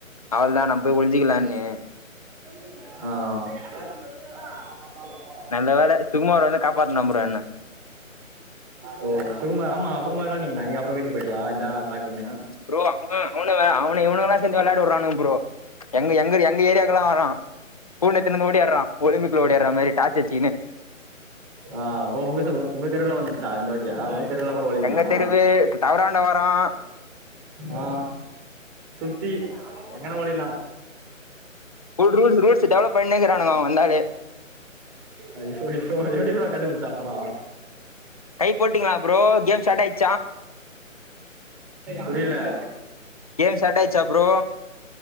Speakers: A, on the left; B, in the centre.
A: அவள்தா நம்ம போய் ஒள்ஞ்சிக்கலானு
B: ஆ
A: நல்ல வேல சுகுமார் வந்து காப்பாத்துனா ஃப்ரோ என்ன
B: ஓ சுகுமார் ஆமா அப்புறமா வெளான்னீங்களா‌ நீங்க அப்புறோ வீட்டுக்கு போயிட்டியா இதா சாக்குனு
A: ஃப்ரோ அவ அவனு அவன இவனுங்கலா சேந்து வெள்ளாட வுடுறானுங்க ப்ரோ எங்க எங்க எ ஏரியாக்குலா வறா பூன எத்துனு இந்து ஓடியாறா ஒலிம்பிக்ல ஒடியார்றா மாதிரி டார்ச் வெச்சிக்குன்னு
B: ஆ ஓ உங்க உங்க தெருவுல வந்துச்சா இந்த வாட்டியா தெருவுல கூட ஒளியலாமா
A: எங்க தெருவு டவறாண்ட வரா
B: ஆ சுத்தி எங்கனா ஒடில்லா
A: புல் ரூல்ஸ் ரூல்ஸு டெவலப் பண்ணேக்குறானுங்கொ வந்தாலே
B: ஐயோ ஐயோ எப்டிடா கண்டுபுடிச்ச அப்பறொ
A: கை போட்டீங்களா ப்ரோ கேம்ஸ் ஸ்டாட் ஆய்ச்
B: புரிய்ல <unintelligible>
A: கேம் ஸ்டார்ட் ஆயிடுச்சா ப்ரோ